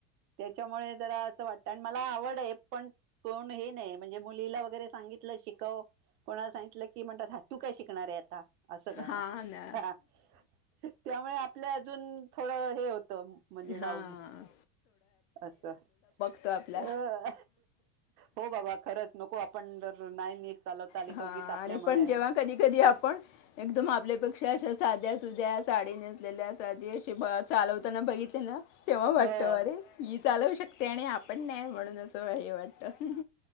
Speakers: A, on the right; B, on the left.
A: त्याच्यामुळे जरा वाटत. आणि मला आवड आहे. पण कोण हे नाही म्हणजे मुलीला वगैरे सांगितलं शिकव कोणाला सांगितलं की म्हणतात हा तू काय शिकणार आहे आता. असं का
B: हां ना
A: हा. <unintelligible> त्यामुळे आपल्या अजून थोडं हे होतं. म्हणजे डाऊन
B: हां
A: असं.
B: तो आपला
A: अ हो बाबा खरंच नको आपण जर नाही नीट चालवता आली
B: हा
A: तर उगीच आपल्यामुळे
B: आणि पण जेव्हा कधी कधी आपण एकदम आपल्यापेक्षा अशा साध्या सुध्या साडी नेसलेल्या. साधी अशी चालवताना बघितल ना. तेव्हा वाटत.
A: हो
B: अरे, ही चालवू शक ते. आपण नाही म्हणून असं हे वाटत.